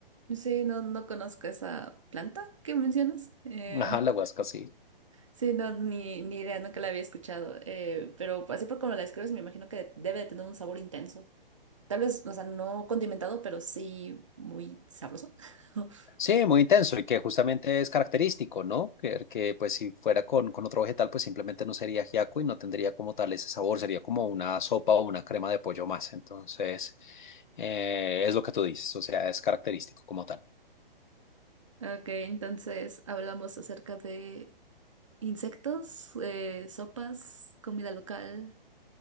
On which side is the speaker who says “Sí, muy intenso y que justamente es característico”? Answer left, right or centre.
Left